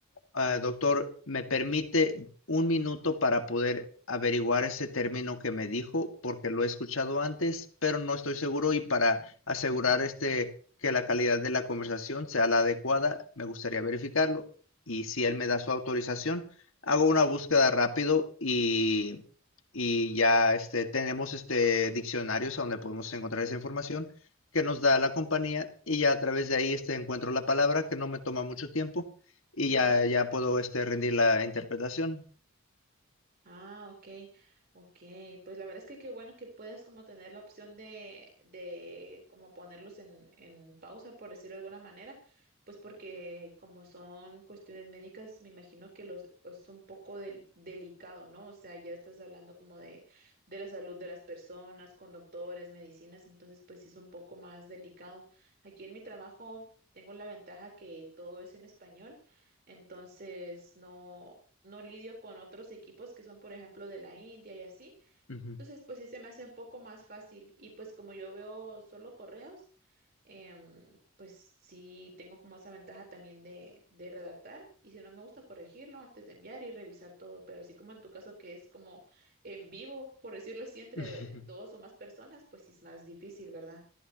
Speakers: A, on the left; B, on the right.
A: Ah, doctor, ¿me permite un minuto para poder averiguar ese término que me dijo? Porque lo he escuchado antes, pero no estoy seguro y para asegurar este que la calidad de la conversación sea la adecuada, me gustaría verificarlo. Y si él
B: ujú,
A: me da su autorización, hago una búsqueda rápido y, y ya este, tenemos este diccionarios a donde podemos encontrar esa información que nos da la compañía y ya a través de ahí este encuentro la palabra que no me toma mucho tiempo y
B: ujú.
A: ya, ya puedo este, rendir la interpretación.
B: Ah, ok, ok. Pues la verdad es que qué bueno que puedes como tener la opción de, de como ponerlos en, en pausa, por decirlo de alguna manera, pues porque como son cuestiones médicas, me imagino que los es un poco del- delicado, ¿no? O sea, ya estás hablando como de, de la salud de las personas, con doctores, medicinas, entonces pues sí es un poco más delicado. Aquí en mi trabajo tengo la ventaja que todo es en español. Entonces, no, no lidio con otros equipos que son, por ejemplo, de la India y así.
A: Ujú.
B: Entonces, pues sí se me hace un poco más fácil. Y pues como yo veo solo correos, em, pues sí tengo como esa ventaja también de, de redactar. Y si no me gusta corregirlo antes de enviar y revisar todo, pero así como en tu caso que es como en vivo, por decirlo así, entre
A: <laughs>
B: de- dos o más personas, pues sí es más difícil, ¿verdad?